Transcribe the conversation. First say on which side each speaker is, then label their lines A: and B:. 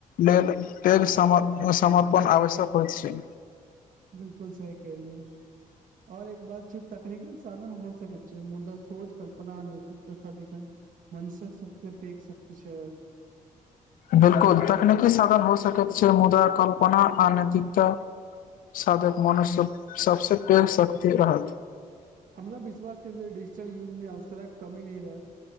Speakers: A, on the left; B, on the right.
A: लेल पैघ, सम समर्पन आवश्यक होइत छै।
B: 'बिलकुल' सही क लियै, आओर एक बात छै, तकनीकल साधन हो सकै छै मुदा सोच कल्पना नैतिकत <unintelligible> मनुष्यशक सबसे पैध शक्ति छै।
A: बिलकुल तकनीकी साधन हो सकैत छै, मुदा कल्पना अनैतिकता साधक मनुष्य सबस पैघ शक्ति रहत।
B: हमरा विश्वास छै, डिजिटल युग मे अवसरक कमी नै रहै।